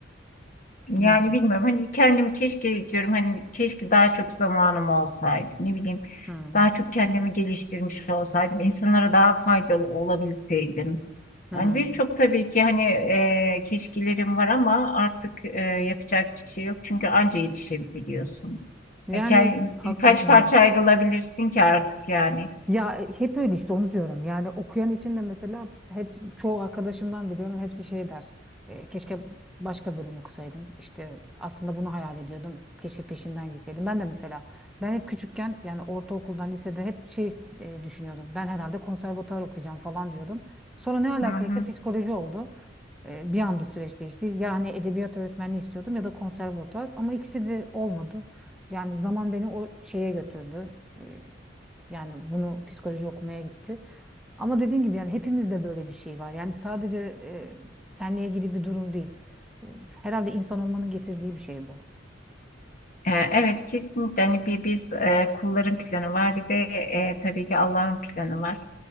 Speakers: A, on the left; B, in the centre.
A: Yani
B: bilmiyorum.
A: bilmiyorum hani kendim keşke diyorum hani keşke daha çok zamanım olsaydı ne bileyim
B: Hmm.
A: daha çok kendimi geliştirmiş olsaydım insanlara daha faydalı olabilseydim.
B: Hmm.
A: Yani birçok tabii ki hani e, keşkelerim var ama artık e, yapacak bir şey yok çünkü anca yetişebiliyorsun.
B: Yani
A: Yani ke-
B: haklısın
A: Birkaç parça
B: ha.
A: ayrılabilirsin ki artık yani.
B: Ya e, hep öyle işte onu diyorum. Yani okuyan için de mesela hep çoğu arkadaşımdan biliyorum hepsi şey der. "E, keşke başka bölüm okusaydım. İşte aslında bunu hayal ediyordum. Keşke peşinden gitseydim. Ben de mesela ben hep küçükken yani ortaokuldan lisede hep şey e, düşünüyordum. Ben herhalde konservatuar okuyacağım falan diyordum. Sonra ne alakaysa
A: Hı hı.
B: psikoloji oldu. E, bir anda süreç değişti. Yani edebiyat öğretmenliği istiyordum ya da konservatuar ama ikisi de olmadı. Yani zaman beni o şeye götürdü. E, yani bunu psikoloji okumaya gitti. Ama dediğim gibi yani hepimizde böyle bir şey var. Yani sadece e, seninle ilgili bir durum değil. E, Herhalde insan olmanın getirdiği bir şey bu.
A: E, Evet kesinlikle hani bir biz e, kulların planı var bir de e, tabii ki Allah'ın planı var.